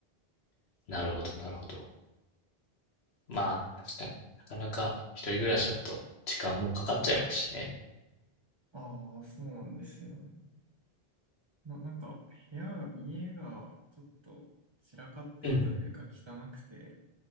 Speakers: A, on the left (about 85°); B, on the right (about 30°).
A: なるほど、なるほど。まあ、確かに。なかなか一人暮らしだと時間もかかっちゃいますしね。
B: ああ、そうなんですよね。な、なんか部屋が、家がちょっと散らかってるというか汚くて、
A: うん。